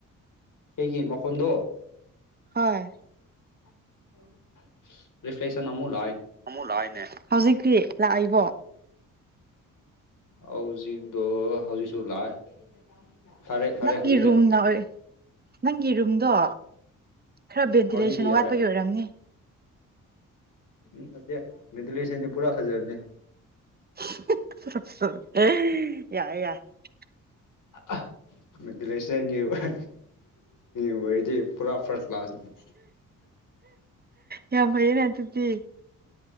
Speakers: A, on the left; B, on the right.
A: ꯑꯩꯒꯤ ꯃꯈꯣꯟꯗꯣ
B: ꯍꯣꯏ
A: <unintelligible>
B: ꯑꯃꯨꯛ ꯂꯥꯛꯑꯦꯅꯦ ꯍꯧꯖꯤꯛꯇꯤ ꯂꯥꯛꯏꯕꯣ
A: ꯍꯧꯖꯤꯛꯗꯣ ꯍꯧꯖꯤꯛꯁꯨ ꯂꯥꯛꯑꯦ ꯐꯔꯦ ꯐꯔꯦ
B: ꯅꯪꯒꯤ
A: ꯍꯧꯖꯤꯛꯇꯤ
B: ꯔꯨꯝꯅ ꯑꯣꯏ ꯅꯪꯒꯤ ꯔꯨꯝꯗꯣ ꯈꯔ ꯚꯦꯟꯇꯤꯂꯦꯁꯟ
A: ꯍꯧꯖꯤꯛꯇꯤ ꯌꯥꯔꯦ
B: ꯋꯥꯠꯄꯒꯤ ꯑꯣꯏꯔꯝꯅꯤ
A: ꯎꯝ ꯅꯠꯇꯦ ꯚꯦꯟꯇꯤꯂꯦꯁꯟꯗꯤ ꯄꯨꯔꯥ ꯐꯖꯕꯅꯦ
B: <unintelligible>
A: ꯑꯥꯍ <unintelligible> ꯋꯥ꯭ꯔꯗꯤ ꯄꯨꯔꯥ ꯐꯥ꯭ꯔꯁ ꯀ꯭ꯂꯥꯁꯅꯤ <inaudible>
B: ꯌꯥꯝ ꯐꯩꯌꯦꯅꯦ ꯑꯗꯨꯗꯤ